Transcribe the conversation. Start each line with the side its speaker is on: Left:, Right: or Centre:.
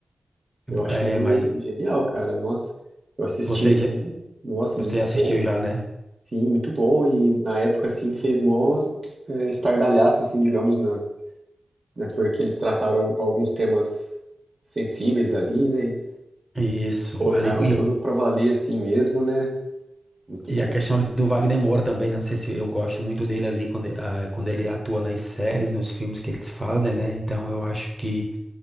Right: Eu acho
Centre: É, mas
Right: genial, cara, nossa. Eu assisti,
Centre: você
Right: assim,
Centre: já,
Right: nossa,
Centre: você
Right: muito
Centre: assistiu
Right: bom.
Centre: já, né?
Right: Sim, muito bom e na época, assim, fez mó é, estardalhaço, assim, digamos, na, né, porque eles trataram alguns temas sensíveis ali, né, e
Centre: Isso,
Right: colocaram
Centre: ali, e,
Right: tudo
Centre: eu-
Right: pra valer assim mesmo, né, muito
Centre: e
Right: da
Centre: a questão ali do Wagner Moura também, né? Não sei se eu gosto muito dele ali quando, e- ah, quando ele atua nas séries, nos filmes que eles fazem, né? Então eu acho que